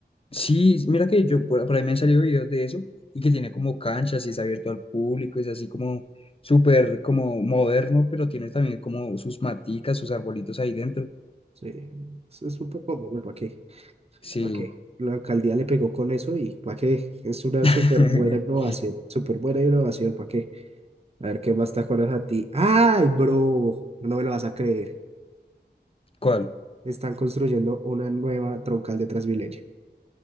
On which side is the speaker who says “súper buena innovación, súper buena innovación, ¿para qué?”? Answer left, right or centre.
Right